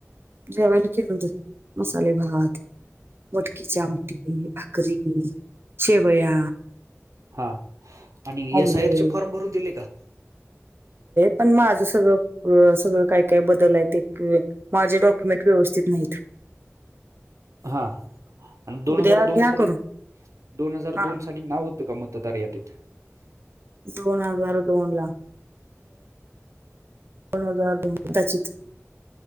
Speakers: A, on the right; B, on the right.
A: जेवाल खेर मसाले भात मटकीची आमटी भाकरी शेवया
B: हा आणि
A: ऑमलेट
B: एस आय आर चे फॉर्म भरून दिले का
A: पण माझं सगळं सगळं काय काय बदल आहे ते माझे डॉक्युमेंट व्यवस्थित नाहीत
B: हा आणि दोन
A: उद्या
B: हजार दोन
A: घ्या
B: साली
A: करून
B: दोन हजार
A: हा
B: दोन साली नाव का मतदार यादीत
A: दोन हजार दोनला कोणजार कदाचित